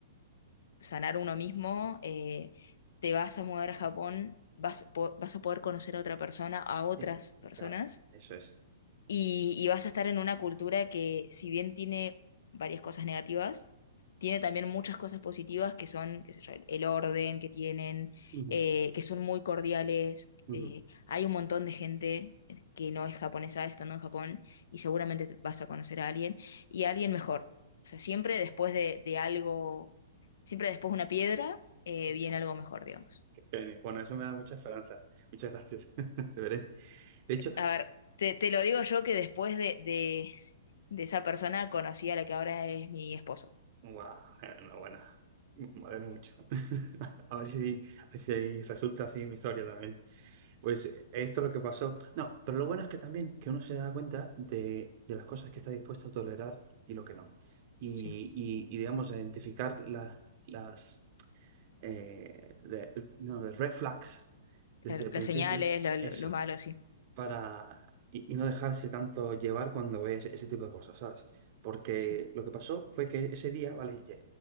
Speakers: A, on the left; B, on the right.
A: sanar uno mismo, eh, te vas a mudar a Japón, vas, po- vas a poder conocer a otra persona, a otras
B: Sí,
A: personas
B: claro, eso es.
A: y, y vas a estar en una cultura que, si bien tiene varias cosas negativas, tiene también muchas cosas positivas que son, qué sé yo, el orden que tienen,
B: Ujú,
A: eh, que son muy cordiales.
B: ujú.
A: eh, hay un montón de gente que no es japonesa estando en Japón y seguramente te- vas a conocer a alguien y a alguien mejor. O sea, siempre después de, de algo, siempre después de una piedra, eh,
B: es.
A: viene algo mejor, digamos.
B: Genial. Bueno, eso me da mucha esperanza. Muchas gracias. <laughs> De veré. De hecho,
A: a ver, te, te lo digo yo que después de, de, de esa persona conocí a la que ahora es mi esposo.
B: guau, enhorabuena. Me alegro mucho. <laughs> A ver si, a ver si resulta así mi historia también. Pues eh, esto es lo que pasó. No, pero lo bueno es que también que uno se da cuenta de, de las cosas que está dispuesto a tolerar y lo que no. Y,
A: Sí,
B: y- y, digamos, a identificar la- las eh, de- no, de red flags
A: claro.
B: desde el
A: Las
B: principio.
A: señales, lo, lo-
B: Eso
A: lo malo, sí.
B: para y, y no dejarse tanto llevar cuando ves ese tipo de cosas, ¿sabes? Porque
A: Sí.
B: lo que pasó fue que ese día, ¿vale? Ya